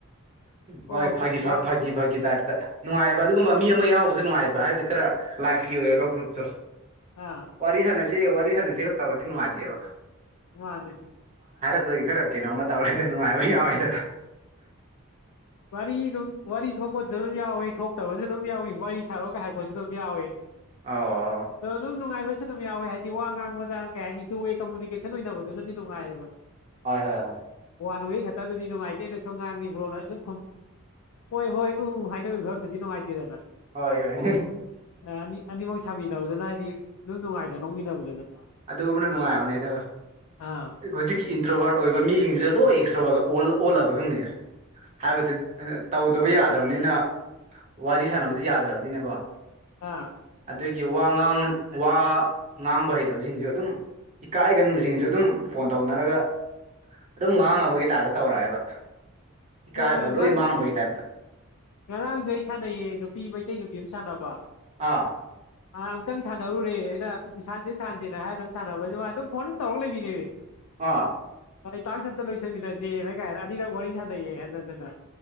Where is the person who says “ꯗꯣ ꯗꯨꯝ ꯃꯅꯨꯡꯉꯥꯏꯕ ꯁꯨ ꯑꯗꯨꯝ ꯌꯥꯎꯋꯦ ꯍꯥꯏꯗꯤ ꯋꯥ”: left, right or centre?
Left